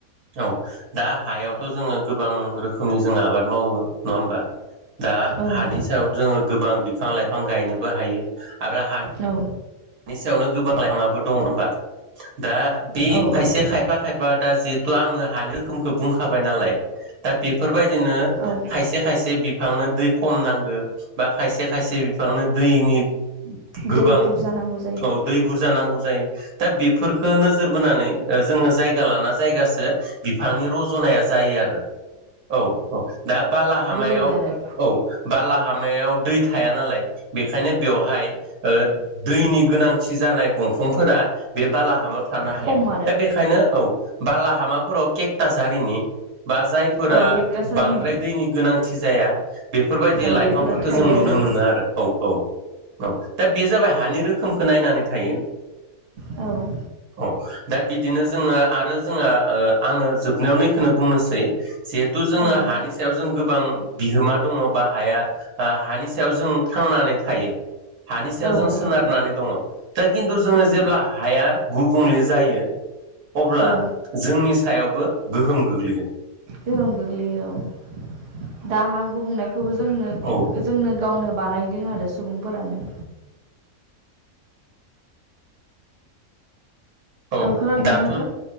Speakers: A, on the right (about 80°); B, on the right (about 50°).
A: औ दा हायावथ' जोङो गोबां रोखोमनि जोंङो आबाद मावो नङा होमबा? दा
B: औ
A: हानि
B: नोंथां
A: सायाव जोङो गोबां बिफां लाइफां गायनोबो हायो आरो हा
B: औ
A: नि सायावनो गोबां लाइफाङाबो दङ होनबा दा बे
B: औ
A: खायसे
B: औ औ
A: खाय फा खायफा दा जिहेथु आङो हानि रोखोमखौ बुंखाबाय नालाय दा बेफोरबायदिनो
B: औ
A: खायसे खायसे बिफांनो दै खम नांगौ बा खायसे खायसे बिफांनो दैनि गोबां
B: दै बुरजानांगौ
A: औ दै बुरजा नांगौ जायो। दा बेफोरखौ नोजोर बोनानै ओ जोङो जायगा लाना जायगासो बिफांनि रज'नाया जायो आरो औ औ दा बालाहामायाव
B: जायो आरो
A: औ बाला हा मायाव दै थाया नालाय बेनिखायनो बेवहाय ओ नि गोनांथि जानाय दंफांफोरा बे बालाहामाव थानो हाया।
B: खम आरो
A: दा बेखायनो औ बालाहामाफोराव केकटास हारिनि बा जायफोरा
B: औ गेक्टासारनि
A: बांद्राय दैनि गोनांथि जाया बेफोरबायदि
B: औ
A: लाइफांफोरखौ
B: बेफोरो थायो
A: जों
B: आरो
A: नुनो मोनो। आरो औ औ औ दा बे जाबाय हानि रोखोमखौ नायनानै थायो।
B: औ
A: औ दा बिदिनो जोङो आरो जोंहा ओ! आङो जोबनायाव नै इखौनो बुंनोसै जे थ' जोङो
B: औ नोंथां
A: हानि सायाव जों गोबां बिहोमा दङ बा हाया ओ! हानि सायाव जों थांनानै थायो हानि सायाव
B: औ
A: जों
B: नोंथां
A: सोनारनानै दङ दा खिन्थु जोङो
B: उम
A: जेब्ला हाया गुबुंले जायो अब्ला
B: औ
A: जोंनि सायावबो गोहोम गोग्लैगोन
B: गोहोम गोग्लैयो औ दा हा गुबुंनायखौबो जोंनो
A: औ
B: जोंनो गावनो बानायदों आरो सुबुंफोरानो
A: औ
B: खोनादोंना
A: दाथ'
B: नोंथां